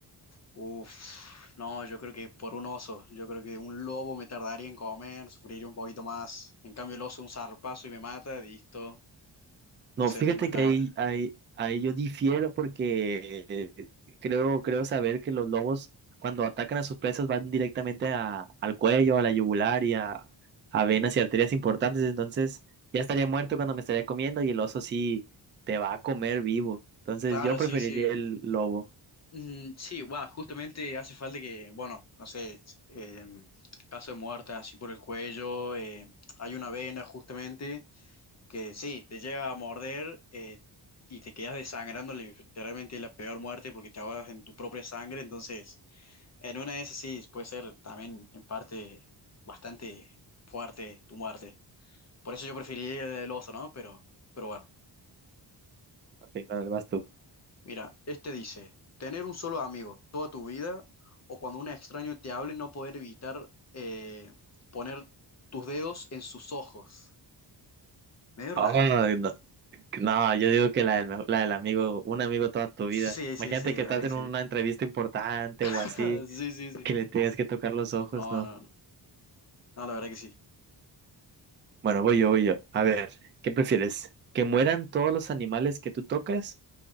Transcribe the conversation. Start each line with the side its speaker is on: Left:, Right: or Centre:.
Left: Uf, no, yo creo que por un oso, yo creo que un lobo me tardaría en comer, sufriría un poquito más. En cambio el oso un zarpazo y me mata, listo,
Right: No,
Left: no sentí
Right: fíjate
Left: más nada.
Right: que ahí, ahí, ahí yo difiero porque eh, creo, creo saber que los lobos cuando atacan a sus presas van directamente a- al cuello, a la yugular y a, a venas y arterias importantes. Entonces ya estaría muerto cuando me estaría comiendo y el oso sí te va a comer vivo. Entonces
Left: Claro,
Right: yo preferiría
Left: sí, sí.
Right: el lobo.
Left: Mm, sí, bueno, justamente hace falta que, bueno, no sé, eh, caso de muerte así por el cuello, eh, hay una vena justamente que sí, te llega a morder eh, y te quedas desangrando, literalmente la peor muerte porque te ahogas en tu propia sangre, entonces en una de esas sí puede ser también en parte bastante fuerte tu muerte. Por eso yo preferiría el oso, ¿no? Pero, pero bueno.
Right: Ok, vale, vas tú.
Left: Mira, este dice, tener un solo amigo toda tu vida o cuando un extraño te hable no poder evitar eh, poner tus dedos en sus ojos. Medio rara.
Right: Ah, no. No, yo digo que la del, mejo- la del amigo, un amigo toda tu vida.
Left: Sí,
Right: Imagínate
Left: sí, sí,
Right: que
Left: la
Right: estás
Left: verdad que
Right: en
Left: sí.
Right: una entrevista importante
Left: <laughs>
Right: o así,
Left: Sí, sí, sí.
Right: que le tengas que tocar los ojos,
Left: No,
Right: ¿no?
Left: no, no. No, la verdad que sí.
Right: Bueno, voy yo, voy yo. A ver, ¿qué prefieres? ¿Que mueran todos los animales que tú tocas